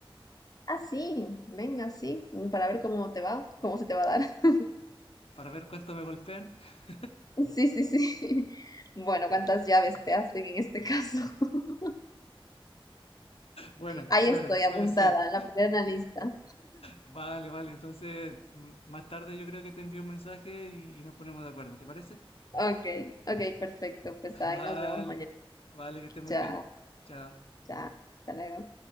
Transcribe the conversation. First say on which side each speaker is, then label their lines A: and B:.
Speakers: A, on the left (about 40°); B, on the left (about 85°).
A: Ah, sí, venga, sí, para ver cómo te va, cómo se te va a dar. <laughs>
B: para ver cuánto me golpean? <laughs>
A: Sí, sí, sí. <laughs> Bueno, ¿cuántas llaves te hacen en este caso? <laughs>
B: Bueno,
A: Ahí
B: bueno,
A: estoy, apuntada,
B: puede ser.
A: la primera en la lista.
B: Vale, vale. Entonces, m- más tarde yo creo que te envío un mensaje y, y nos ponemos de acuerdo. ¿Te parece?
A: Ok, ok, perfecto, pues
B: <laughs>
A: ahí
B: Vale,
A: nos vemos mañana.
B: vale, que estés muy
A: Chao,
B: bien. Chao.
A: chao, hasta luego.